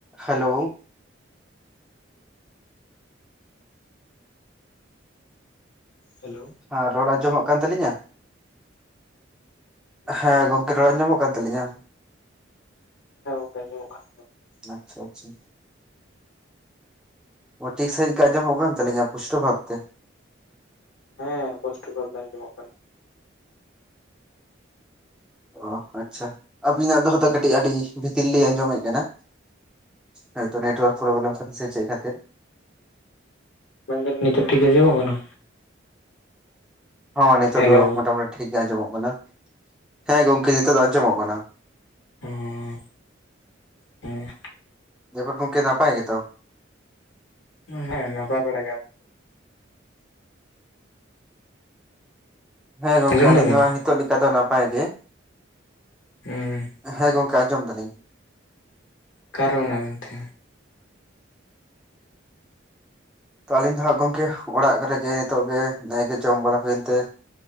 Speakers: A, in the centre; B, on the left (about 75°).
A: Hello
B: hello
A: ᱟᱨ ᱨᱚᱲ ᱟᱸᱡᱚᱢᱚᱜ ᱠᱟᱱ ᱛᱟᱹᱞᱤᱧᱟ᱾ ᱦᱮᱸ
B: ᱟᱸᱡᱚᱢᱚᱜ
A: ᱜᱚᱝᱠᱮ
B: ᱠᱟᱱ ᱛᱟᱵᱮᱱᱟ
A: ᱨᱚᱲ ᱟᱸᱡᱟᱢᱚᱜ ᱠᱟᱱ ᱛᱟᱹᱞᱤᱧᱟ
B: <unintelligible>
A: ᱟᱪᱪᱷᱟ ᱟᱪᱪᱷᱟ ᱚ ᱴᱷᱤᱠ ᱥᱟᱦᱤᱸᱡᱽ ᱟᱸᱡᱚᱢᱚᱜ ᱠᱟᱱ ᱛᱟᱹᱞᱤᱧᱟ ᱯᱩᱥᱴᱟ ᱵᱷᱟᱯ ᱛᱮ
B: ᱦᱮᱸ ᱯᱩᱥᱴᱚ ᱵᱷᱟᱵᱽ ᱜᱮ ᱟᱸᱡᱚᱢᱚᱜ ᱠᱟᱱᱟ᱾
A: ᱚ ᱟᱪᱪᱷᱟ ᱟᱵᱤᱱᱟᱜ ᱫᱚᱦᱚ ᱫᱚ ᱠᱟᱹᱴᱤᱡ ᱟᱹᱰᱤ ᱵᱷᱤᱛᱤᱨ ᱞᱤᱧ ᱟᱸᱡᱚᱢᱮᱫ ᱠᱟᱱᱟ᱾ ᱦᱚᱭᱛᱚ ᱱᱮᱴᱣᱟᱨᱠ ᱯᱨᱚᱵᱚᱞᱟᱢ ᱠᱷᱟᱹᱛᱤᱨ ᱥᱮ ᱪᱮᱫ ᱠᱷᱟᱹᱛᱤᱨ
B: ᱢᱮᱱ ᱫᱟᱹᱞᱤᱧ ᱱᱤᱛᱚ ᱴᱷᱤᱠ ᱜᱮ ᱟᱸᱡᱚᱢᱚᱜ ᱠᱟᱱᱟ
A: ᱦᱚᱸ ᱱᱤᱛᱚᱜ
B: ᱦᱮᱞᱳ
A: ᱫᱚ ᱢᱚᱴᱟ ᱢᱩᱴᱤ ᱴᱷᱤᱠ ᱜᱮ ᱟᱸᱡᱚᱢᱚᱜ ᱠᱟᱱᱟ ᱦᱮᱸ ᱜᱚᱢᱠᱮ ᱱᱤᱛᱚᱜ ᱫᱚ ᱟᱸᱡᱚᱢᱚᱜ ᱠᱟᱱᱟ᱾
B: ᱦᱮᱸ ᱦᱮᱸ
A: <unintelligible> ᱜᱚᱝᱠᱮ ᱱᱟᱯᱟᱭ ᱜᱮ ᱛᱚ
B: ᱦᱮᱸ ᱦᱮᱸ ᱱᱟᱯᱟᱭ ᱵᱟᱲᱟ ᱜᱮᱭᱟᱵᱮᱱ᱾
A: ᱦᱮᱸ ᱜᱚᱝᱠᱮ
B: ᱟᱸᱡᱚᱢ
A: ᱟᱞᱤᱧ
B: ᱫᱟᱵᱮᱱ
A: ᱫᱚ ᱦᱤᱛᱚᱜ ᱞᱮᱠᱟ ᱫᱚ ᱱᱟᱯᱟᱭ ᱜᱮ᱾
B: ᱦᱩᱸ
A: ᱦᱮᱸ ᱜᱚᱝᱠᱮ ᱟᱸᱡᱚᱢ ᱫᱟᱹᱞᱤᱧ
B: ᱚᱠᱟᱨᱮ ᱢᱮᱱᱟᱜ ᱵᱮᱱ ᱛᱮ
A: ᱛᱚ ᱦᱟᱸᱜ ᱟᱹᱞᱤᱧ ᱫᱚ ᱦᱟᱸᱜ ᱜᱚᱝᱠᱮ ᱚᱲᱟᱜ ᱨᱮᱜᱮ ᱱᱤᱛᱚᱜ ᱜᱮ ᱱᱮᱭ ᱜᱮ ᱡᱚᱢ ᱵᱟᱲᱟ ᱦᱩᱭ ᱮᱱ ᱛᱮ